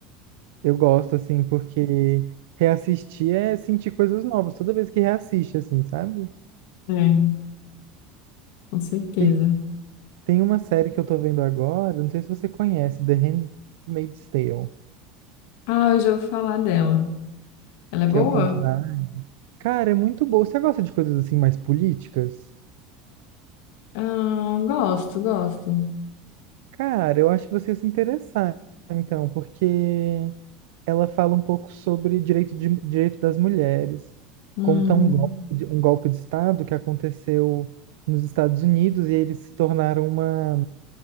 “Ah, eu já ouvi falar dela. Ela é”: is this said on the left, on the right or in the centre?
Left